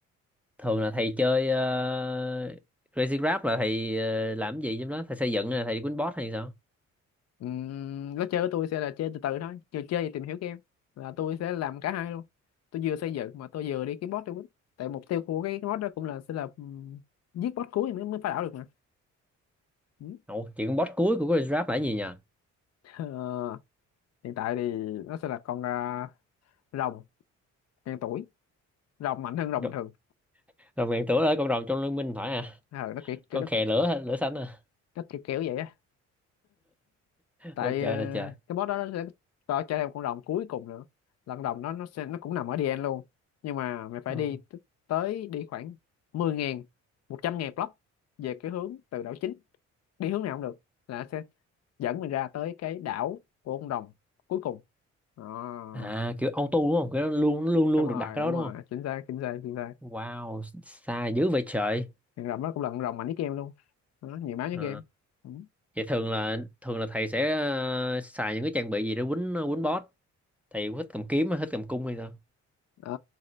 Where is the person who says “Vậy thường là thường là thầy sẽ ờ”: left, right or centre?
Centre